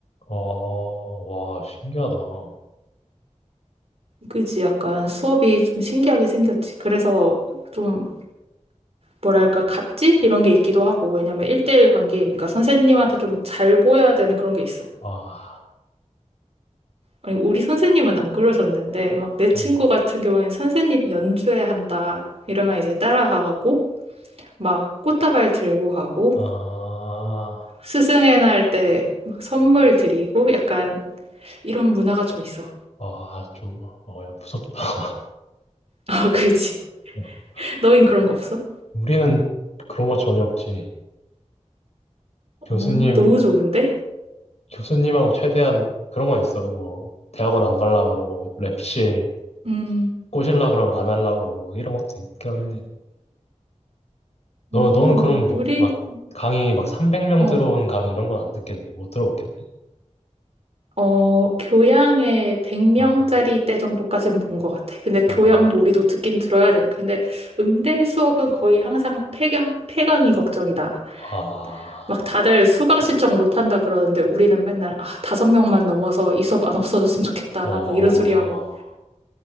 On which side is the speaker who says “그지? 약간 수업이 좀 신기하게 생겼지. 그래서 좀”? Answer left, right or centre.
Right